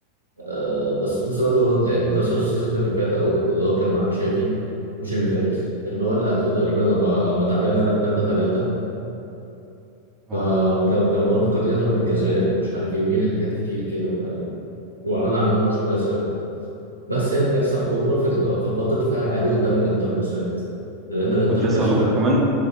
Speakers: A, on the right; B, on the right.
A: آه بس في نفس الوقت برضه يعني ده السيزون اللي فات او اللي هو كان مع تشافي مش اللي فات اللي هو اللي قبله تقريبا لما لما تعادلنا هناك 3 3
B: اه
A: فكان كان برضه كان لينا ضربة جزاء ومش عارف ايه ولينا حاجات كتير كده ف... وعملنا عليهم ماتش كويس قوي بس هي الكارثة الكبرى في ال- في الخط الدفاع العالي قدام الانتر بالذات لان الانتر
B: كنت
A: كشفك
B: لسه اقول لك وكمان